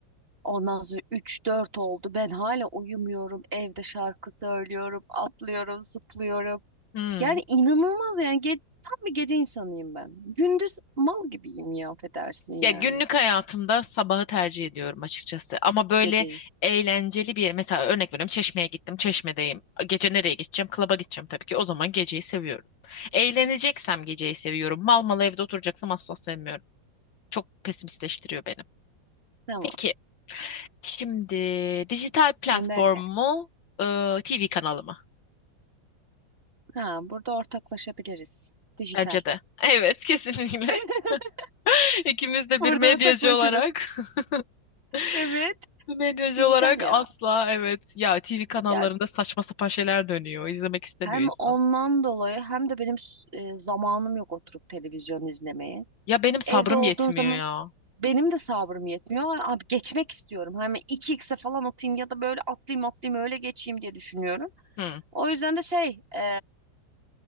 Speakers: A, on the right; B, on the left.
A: Ondan sonra üç dört oldu. Ben hala uyumuyorum. Evde şarkı söylüyorum, atlıyorum, zıplıyorum.
B: Hmm.
A: Yani inanılmaz yani ge- tam bir gece insanıyım ben. Gündüz mal gibiyim ya affedersin yani.
B: Ya günlük hayatımda sabahı tercih ediyorum açıkçası. Ama böyle
A: Geceyi.
B: eğlenceli bir yer. Mesela örnek veriyorum Çeşme'ye gittim. Çeşme'deyim. Gece nereye gideceğim? Klaba gideceğim tabii ki. O zaman geceyi seviyorum. Eğleneceksem geceyi seviyorum. Mal mal evde oturacaksam asla sevmiyorum. Çok pesimistleştiriyor beni.
A: Tamam.
B: Peki şimdi dijital platform
A: Gönder gel.
B: mu, e, TV kanalı mı?
A: Ha burada ortaklaşabiliriz. Dijital.
B: Bence de. Evet, kesinlikle.
A: <laughs>
B: <laughs> İkimiz de
A: Burada
B: bir medyacı
A: ortaklaşırız.
B: olarak, <laughs>
A: Evet.
B: bir medyacı
A: Dijital
B: olarak
A: ya.
B: asla evet. Ya TV kanallarında
A: Ya
B: saçma sapan şeyler dönüyor. İzlemek istemiyor
A: Hem
B: insan.
A: ondan dolayı hem de benim s- e, zamanım yok oturup televizyon izlemeye.
B: Ya benim sabrım
A: Evde olduğum
B: yetmiyor
A: zaman
B: ya.
A: benim de sabrım yetmiyor. Ay, Abi geçmek istiyorum. Hani iki xe falan atayım ya da böyle atlayayım atlayayım öyle geçeyim diye düşünüyorum.
B: Hı.
A: O yüzden de şey e,